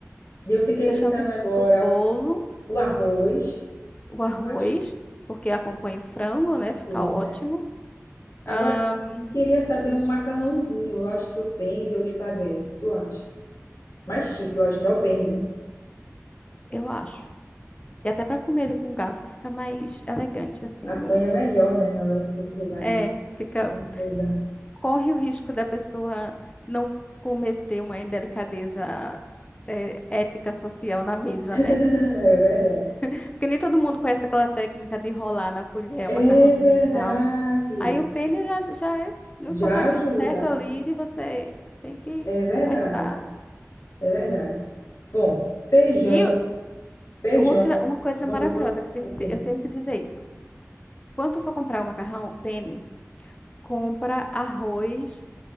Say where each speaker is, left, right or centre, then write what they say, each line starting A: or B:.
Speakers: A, on the left; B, on the left.
A: Eu fiquei
B: fechamos
A: pensando agora,
B: o bolo,
A: o arroz,
B: o arroz,
A: tu acha
B: porque acompanha o frango, né? Fica
A: tudo,
B: ótimo.
A: né? Agora,
B: Ahn,
A: queria saber um macarrãozinho. Eu acho que o penne ou espaguete, o que tu acha? Mais chique, eu acho que é o penne, né?
B: eu acho. E até para comer ele com garfo fica mais elegante, assim.
A: Apanha
B: Não,
A: melhor, né, na hora que você vai
B: é,
A: em
B: fica,
A: outro lugar.
B: corre o risco da pessoa não cometer uma indelicadeza é, ética social na mesa,
A: <laughs>
B: né?
A: É verdade.
B: Porque nem todo mundo conhece aquela técnica de enrolar na colher
A: É
B: o macarrãozinho
A: verdade.
B: e tal. Aí o pene já, já é no
A: Já
B: formatinho
A: ajuda.
B: certo ali, de você tem que
A: É verdade.
B: apertar.
A: É verdade. Bom, feijão,
B: E
A: feijão.
B: outra, uma coisa
A: Não
B: maravilhosa
A: vou falar
B: que eu tenho
A: o
B: que
A: quê?
B: te, eu tenho que te dizer isso. Quando tu for comprar o macarrão, o pene, compra arroz